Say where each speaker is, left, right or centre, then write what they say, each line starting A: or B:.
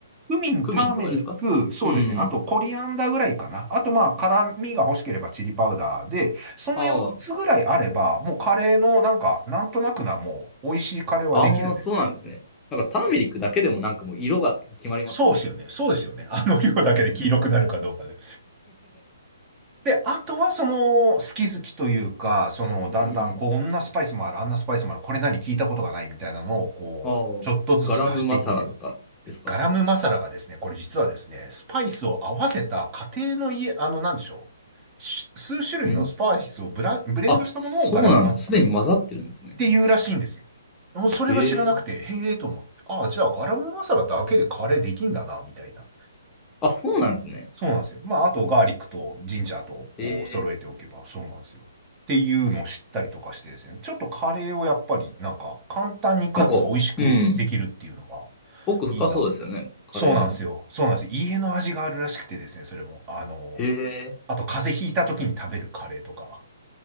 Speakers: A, on the right (about 25°); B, on the left (about 15°).
A: クミン、
B: クミンとかですかうん。
A: ターメリック、そうですね。あと、コリアンダーぐらいかな。あと、まあ、辛味が欲しければチリパウダーで、その4つぐらいあれば、
B: ああ。
A: もうカレーの、なんか、なんとなくな、もう、美味しいカレーはできるんです。
B: ああ、そうなんですね。なんかターメリックだけでもなんかもう色が決まりますもんね。
A: そうですよね。そうですよね。あの <laughs> 量だけで黄色くなるかどうかで。
B: うん。
A: で、あとはその、好き好きというか、その、だんだんこうこんなスパイスもある、
B: うん。
A: あんなスパイスもある、これ何聞いたことがないみたいなのを、こう、
B: ああ、
A: ちょっとずつ足していって、
B: ガラムマサラとかですか
A: ガラムマサラがですね、これ実はですね、スパイスを合わせた家庭の家、あの、なんでしょう。し数種類のスパイスをブラ、
B: うん
A: ブレンドしたものをガラムマサラっ
B: あ、そうなんだ。すでに混ざってるんですね。
A: ていうらしいんですよ。もうそれが知らなくて、
B: へえ。
A: へえと思って、ああ、じゃあガラムマサラだけでカレーできんだな、みたいな。
B: あ、そうなんですね。
A: そうなんですよ。まあ、あと、ガーリックとジンジャーと、こう、
B: へえ。
A: 揃えておけば、そうなんですよ。っていうのを知ったりとかしてですね。ちょっとカレーをやっぱり、なんか、簡単にかつ美味しくできるっていうのが、
B: なんか、うん。奥深そうですよね。
A: いいなと。
B: カレーも。
A: そうなんですよ。そうなんですよ。家の味があるらしくてですね、それも。あの、
B: へえ。
A: あと、風邪ひいた時に食べるカレーとか。